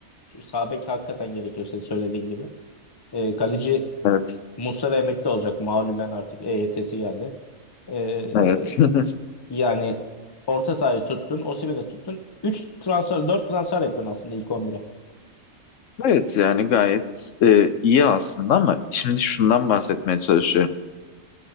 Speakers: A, on the left (about 25°); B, on the left (about 75°).
A: Şu sağ bek hakikaten gerekiyor senin söylediğin gibi. E, kaleci
B: Evet.
A: Muslera emekli olacak. Malulen artık EYT'si geldi. E,
B: Evet. <laughs>
A: yani orta sahayı tuttun, Osimhen'i tuttun. üç transfer, 4 transfer yapıyorsun aslında ilk 11'e.
B: Evet yani gayet e, iyi aslında ama şimdi şundan bahsetmeye çalışıyorum.